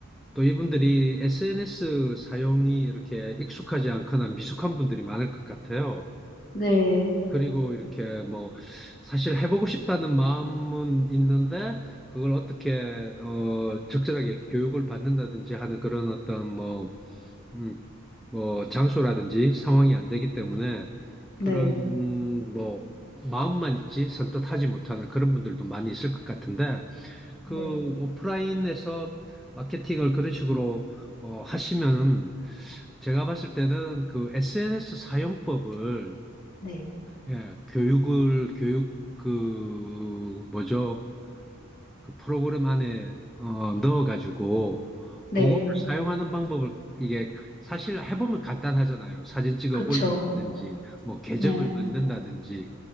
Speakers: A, in the centre; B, on the left (about 40°).
A: 또 이분들이 SNS 사용이 이렇게 익숙하지 않거나 미숙한 분들이 많을 것 같아요.
B: 네.
A: 그리고 이렇게 뭐 사실 해보고 싶다는 마음은 있는데 그걸 어떻게 어 적절하게 교육을 받는다든지 하는 그런 어떤 뭐 음, 뭐 장소라든지 상황이 안 되기 때문에
B: 네.
A: 그런 뭐 마음만 있지 선뜻 하지 못하는 그런 분들도 많이 있을 것 같은데 그
B: 네.
A: 오프라인에서 마케팅을 그런 식으로 어, 하시면은 제가 봤을 때는 그 SNS 사용법을
B: 네.
A: 예, 교육을 교육 그 뭐죠? 그 프로그램 안에 어, 넣어가지고
B: 네.
A: 그거를 사용하는 방법을 이게 사실 해보면 간단하잖아요. 사진 찍어
B: 그쵸.
A: 올린다든지 뭐 계정을
B: 네.
A: 만든다든지